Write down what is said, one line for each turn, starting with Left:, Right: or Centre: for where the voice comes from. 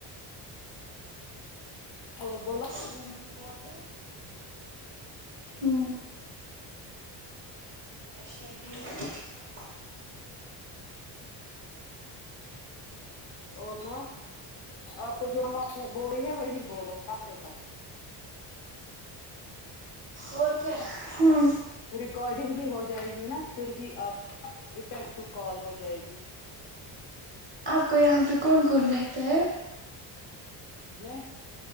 Left: اور بولو
Right: <inaudible> ہوں <unintelligible>
Left: اور سناؤ آپ کو جو ہم آپ کو بولی ہے وہی بولو کم سے کم
Right: اور کیا ہوں
Left: ریکارڈنگ ہی ہو جائے گی نا فر ہی آپ کو افیکٹو کال ہو جائے گی
Right: آپ کو یہاں پہ کون کون رہتا ہے
Left: میں